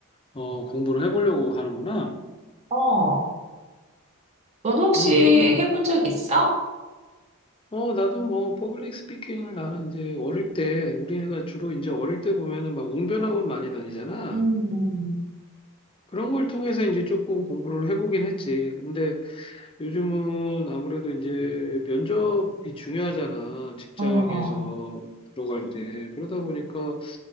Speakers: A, on the left (about 25°); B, on the right (about 30°).
A: 어, 공부를 해보려고 하는구나.
B: 어, 넌 혹시
A: 음,
B: 해본 적 있어?
A: 어, 나도 뭐, 퍼블릭 스피킹을 나는 이제 어릴 때, 우리가 주로 이제 어릴 때 보면은 막 웅변학원 많이 다니잖아.
B: 음, 음.
A: 그런 걸 통해서 이제 조금 공부를 해보긴 했지. 근데 요즘은 아무래도 이제 면접이 중요하잖아. 직장에서
B: 어, 어,
A: 들어갈 때. 그러다 보니까